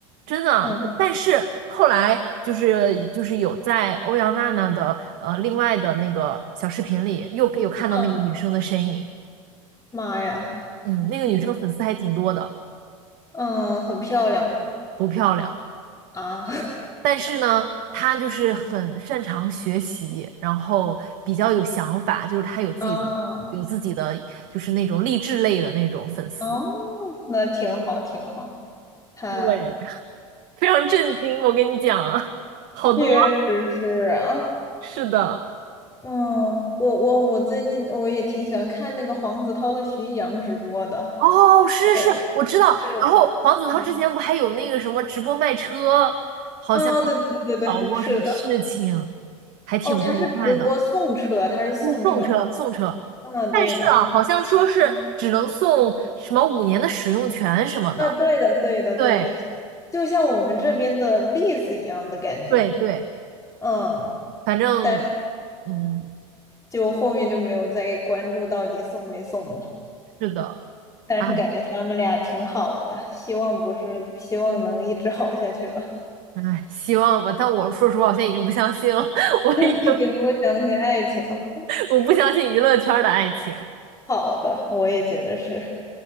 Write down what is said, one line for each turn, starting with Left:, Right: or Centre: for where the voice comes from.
Right: 真的啊就，
Left: 嗯
Right: 但是后来就是就是有在欧阳娜娜的呃另外的那个小视频里又有看到那个女生的身影，
Left: 嗯，妈呀！
Right: 嗯，那个女生粉丝还挺多的，
Left: 天！嗯，很漂亮吗？
Right: 不漂亮。
Left: 啊，<laughs>
Right: 但是呢，他就是很擅长学习，然后比较有想法，就是他有自己的有自己的就是那种励志类的那种粉丝，
Left: 啊，哦，那挺好，挺好。他
Right: 对，非常震惊，我跟你讲啊，好多。
Left: 确实是啊，
Right: 是的，
Left: 嗯，我我我最近我也挺喜欢看那个黄子韬和徐艺洋直播的。
Right: 哦，是是，
Left: 对呀，
Right: 是，我知道。
Left: 对，
Right: 然后黄子韬之前不还有那个什么直播卖车，
Left: 嗯，
Right: 好像
Left: 啊，对对对对对，
Right: 搞过什么事情，
Left: 是的。
Right: 还挺不愉快的，
Left: 哦，他是直播送车，他是送车。
Right: 就送车送车。
Left: 嗯，
Right: 但是啊，
Left: 对的，
Right: 好像说是只能送什么五年的使用权什么的。
Left: 嗯，啊，对的，对的，
Right: 对
Left: 对的，就像我们这边的例子一样的感觉。
Right: 对对，
Left: 嗯。
Right: 反正
Left: 但
Right: 嗯，
Left: 就后面就没有再关注到底送没送了。
Right: 是的，
Left: 但是感觉他们俩挺好的，
Right: 哎
Left: 希望不是，希望能一直好下去吧。
Right: 哎，希望吧。但我说实话，我现在已经不相信了，<laughs> 我已经
Left: <laughs> 给我想起爱情了，
Right: 我不相信娱乐圈的爱情。
Left: 好的，我也觉得是。